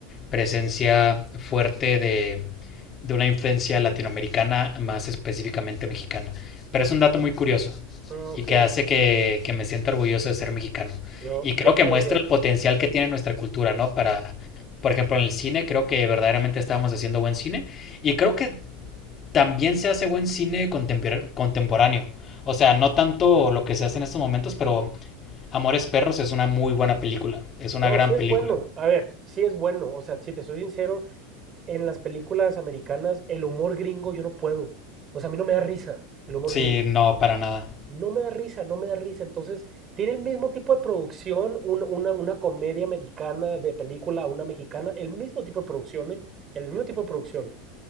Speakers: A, on the left; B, on the right.
A: presencia fuerte de, de una influencia latinoamericana, más específicamente mexicana. Pero es un dato muy curioso
B: Ah, ok.
A: y que hace que, que me sienta orgulloso de ser mexicano.
B: Yo
A: Y creo
B: no sabía.
A: que muestra el potencial que tiene nuestra cultura, ¿no? Para, por ejemplo, en el cine, creo que verdaderamente estábamos haciendo buen cine. Y creo que también se hace buen cine contempor- contemporáneo. O sea, no tanto lo que se hace en estos momentos, pero Amores Perros es una muy buena película. Es una
B: No,
A: gran
B: sí es
A: película.
B: bueno. A ver, sí es bueno. O sea, si te soy sincero, en las películas americanas, el humor gringo yo no puedo. O sea, a mí no me da risa el humor
A: Sí,
B: gringo.
A: no, para nada.
B: No me da risa, no me da risa. Entonces, tiene el mismo tipo de producción, un- una, una comedia americana de película, una mexicana, el mismo tipo de producciones, el mismo tipo de producción.